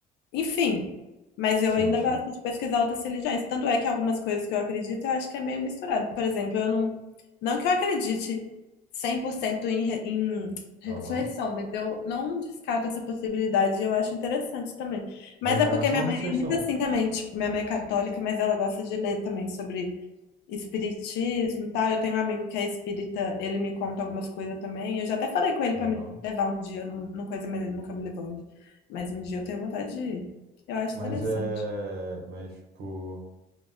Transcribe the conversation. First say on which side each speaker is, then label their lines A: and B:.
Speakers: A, on the left; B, on the right.
A: Enfim, mas
B: Sim,
A: eu ainda
B: sim.
A: gosto de pesquisar outras religiões. Tanto é que algumas coisas que eu acredito, eu acho que é meio misturado. Por exemplo, eu não. Não que eu acredite 100% em, re- em ressurreição,
B: Aham.
A: mas eu não descarto essa possibilidade. Eu acho interessante também.
B: Reencarnação
A: Mas é porque minha
B: ou
A: mãe
B: ressurreição?
A: é muito assim também. Tipo, minha mãe é católica, mas ela gosta de ler também sobre espiritismo e tal. Eu tenho um amigo que é espírita, ele me conta algumas coisas também. Eu já até falei com ele
B: Aham.
A: para me levar um dia num- numa coisa, mas ele nunca me levou ainda. Mas um dia eu tenho vontade de ir. Eu acho
B: Mas
A: interessante.
B: é. Mas, tipo.